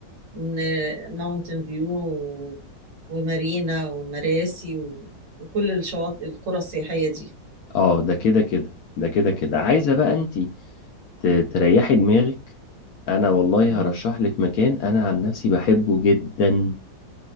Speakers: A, on the right; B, on the left.
A: من ماونتن فيو و- ومارينا ومراسي و- وكل الشواطئ القرى السياحية دي
B: اه ده كده كده ده كده كده عايزه بقى انت ت- تريحي دماغك انا والله
A: مم.
B: هرشح لك مكان انا عن نفسي بحبه جدا